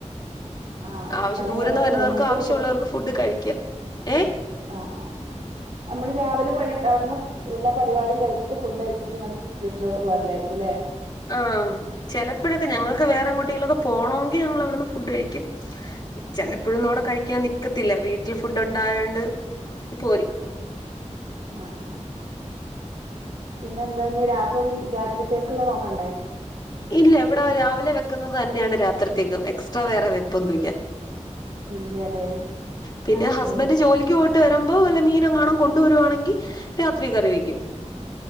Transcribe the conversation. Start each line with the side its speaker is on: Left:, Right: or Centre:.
Right: ആ
Left: ആവശ്യം
Right: പള്ളിയിലതൊക്കെ
Left: ദൂരന്ന് വരുന്നവർക്ക്
Right: കഴിഞ്ഞിട്ട്
Left: ആവശ്യമുള്ളവർക്ക് ഫുഡ് കഴിക്ക ഏഹ്
Right: ആഹ് ആഹ് നമ്മള് രാവിലെ പണി അവിടുന്ന് എല്ലാ പരിപാടിയും കഴിഞ്ഞിട്ട് ഫുഡ് കഴച്ചിട്ട് ഇങ്ങട് വീട്ടിലോട്ട് പോരലായിരിക്കൂലേ
Left: ആഹ് ചെലപ്പോഴൊക്കെ ഞങ്ങൾക്ക് വേറെ എങ്ങോട്ടെങ്കിലൊക്കെ പോണോങ്കി ഞങ്ങളവിടുന്ന് ഫുഡ് കഴിക്കും ചെലപ്പോഴൊന്നും
Right: ആ
Left: അവിടെ കഴിക്കാൻ നിക്കത്തില്ല വീട്ടിൽ ഫുഡ് ഉണ്ടായോണ്ട് പോരും
Right: ആഹ് ആഹ് പിന്നെ എന്താഞ്ഞി രാപ്പൊ ഞ്ഞി രാത്രിത്തേക്കുള്ള നോക്കണ്ടേ
Left: ഇല്ല ഇവിടെ രാവിലെ വെക്കുന്നത് തന്നെയാണ് രാത്രിത്തേക്കും എക്സ്ട്രാ വേറെ വെപ്പൊന്നും ഇല്ല
Right: ഇല്ലല്ലേ
Left: പിന്നെ ഹസ്ബൻഡ്
Right: ഏ
Left: ജോലി ക്ക്‌ പോയിട്ട് വരുമ്പോ വല്ല മീനെങ്ങാണം കൊണ്ടുവരുവാണെങ്കി രാത്രി കറിവെക്കും